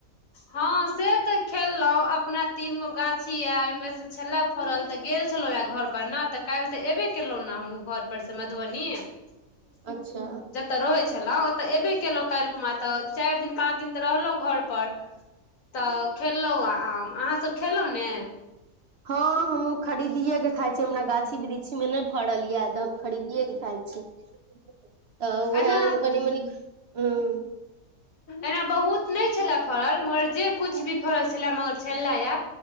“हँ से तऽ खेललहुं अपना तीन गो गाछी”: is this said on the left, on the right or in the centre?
Left